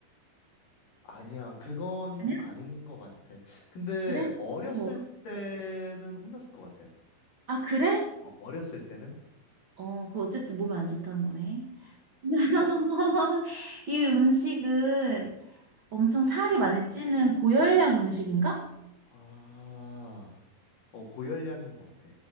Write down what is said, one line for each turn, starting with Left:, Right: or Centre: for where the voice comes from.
Left: 아니야. 그건
Right: 아니야?
Left: 아닌 것 같아. 근데
Right: 그래?
Left: 어렸을
Right: 어.
Left: 때는 혼났을 것 같아.
Right: 아, 그래?
Left: 어, 어렸을 때는?
Right: 어, 그 어쨌든 몸에 안 좋다는 거네. <laughs> 이 음식은 엄청 살이 많이 찌는 고열량 음식인가?
Left: 아, 어, 고열량인 것 같아.